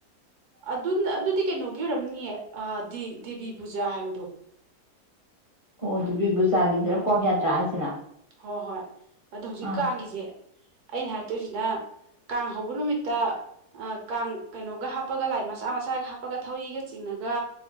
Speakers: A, on the right; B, on the left.
A: ꯑꯗꯨꯅ ꯑꯗꯨꯗꯤ ꯀꯩꯅꯣꯒꯤ ꯑꯣꯏꯔꯝꯅꯤꯌꯦ ꯗꯦꯕꯤ ꯄꯨꯖꯥ ꯍꯥꯏꯕꯗꯣ
B: ꯑꯣ ꯑꯗꯨꯗꯤ ꯗꯦꯕꯤ ꯄꯨꯕꯨꯖꯥꯒꯤ ꯀ꯭ꯋꯥꯥꯛ ꯌꯥꯇ꯭ꯔꯥ ꯍꯥꯏꯁꯤꯅ
A: ꯍꯣꯏ ꯍꯣꯏ ꯑꯣ ꯍꯧꯖꯤꯛ
B: ꯑꯥ
A: ꯀꯥꯡꯒꯤꯁꯦ ꯑꯩꯅ ꯍꯥꯏꯔꯛꯇꯣꯏꯁꯤꯅ ꯀꯥꯡ ꯍꯧꯕ ꯅꯨꯃꯤꯠꯇ ꯀꯥꯡ ꯀꯩꯅꯣꯒ ꯍꯥꯞꯄꯒ ꯂꯥꯏ ꯃꯆꯥ ꯃꯆꯥꯒ ꯍꯥꯞꯄꯒ ꯊꯧꯔꯤꯒ ꯆꯤꯡꯉꯒ